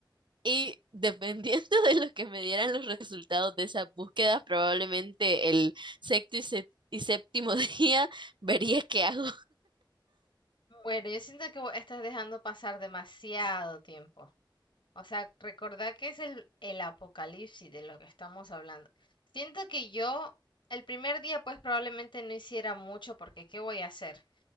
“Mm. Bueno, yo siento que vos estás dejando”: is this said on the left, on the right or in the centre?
Left